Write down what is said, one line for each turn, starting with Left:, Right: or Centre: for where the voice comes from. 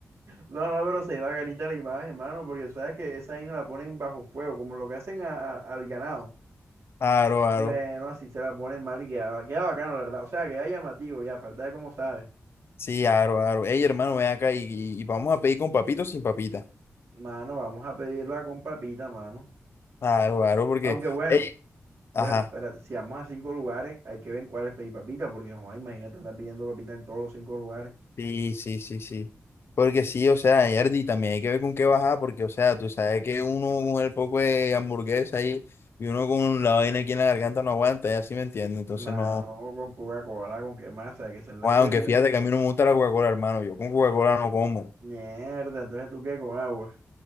Right: no, no, pero se va ganita la imagen, hermano, porque sabes que esa vaina la ponen bajo fuego, como lo que hacen a- a- al ganado.
Left: Aro, aro.
Right: Bueno, así se la ponen, mano, y queda, queda bacano, la verdad. O sea, queda llamativo, ya, falta de cómo sabe.
Left: Sí, aro, aro. Ey, hermano, ven acá y, y- y vamos a pedir con papito o sin papita.
Right: Mano, vamos a pedirla con papita, mano.
Left: Aro, aro, porque.
Right: Aunque bueno,
Left: Ey,
Right: bueno,
Left: ajá.
Right: espérate, si vamos a cinco lugares, hay que ver en cuáles pedir papita, porque joder, imagínate andar pidiendo papita en todos los cinco lugares.
Left: Sí, sí, sí, sí. Porque sí, o sea, Yardi, también hay que ver con qué bajar, porque, o sea, tú sabes que uno con el poco de hamburguesa ahí y uno con la vaina aquí en la garganta no aguanta, ya sí me entiende. Entonces,
Right: Mano,
Left: no.
Right: con Coca-Cola, ¿con qué masa? Hay que ser la
Left: Bueno,
Right: firme.
Left: aunque fíjate que a mí no me gusta la Coca-Cola, hermano. Yo con Coca-Cola no como.
Right: Mierda, entonces tú qué con agua.